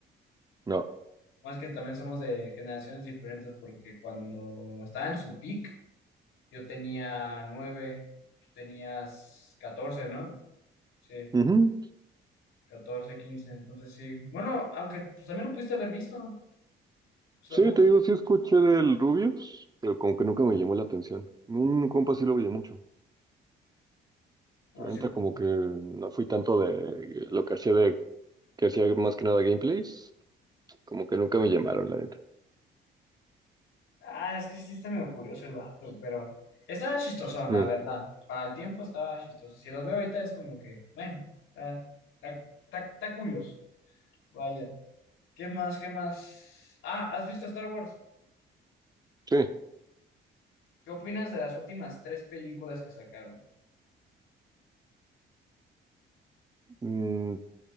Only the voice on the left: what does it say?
Más que también somos de generaciones diferentes porque cuando estaba en su peak yo tenía nueve, tú tenías catorce, ¿no? Sí,
catorce, quince, entonces sí. Bueno, aunque pues, también lo pudiste haber visto, pues tampoco.
no,
sí,
Ah, es que sí está medio curioso el vato, pero estaba chistosón,
la verdad. Para el tiempo estaba chistoso. Si los veo ahorita es como que, bueno, está, está, está, está curioso. Vaya. ¿Qué más? ¿Qué más? Ah, ¿has visto Star Wars?
¿Qué opinas de las últimas tres películas que sacaron?